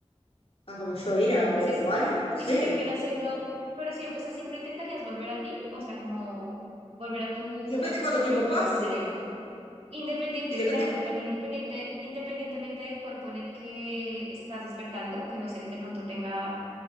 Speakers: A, on the left; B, on the right.
A: a como yo era
B: ¿Y
A: o,
B: si, es-
A: o algo, no sé.
B: y si termina siendo, pero siempre, o sea, siempre intentarías volver a ti, o sea, como volver a tu,
A: Y depende
B: a tu
A: cuánto tiempo
B: cuerpo
A: pase.
B: anterior? Independiente,
A: Y depende,
B: claro, pero también independiente, independientemente del cuerpo en el que estás despertando, que no sé, de pronto tenga,